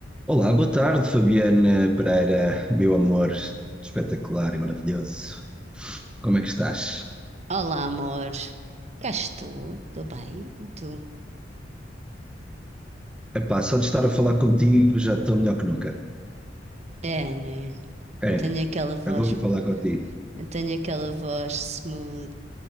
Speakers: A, in the centre; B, on the right.
A: Olá, boa tarde, Fabiana Pereira, meu amor espetacular e maravilhoso. Como é que estás?
B: Olá, amor. Cá estou, estou bem. E tu?
A: Epá, só de estar a falar contigo já estou melhor que nunca.
B: É, né?
A: É,
B: Eu tenho aquela voz,
A: adoro falar contigo.
B: eu tenho aquela voz smooth.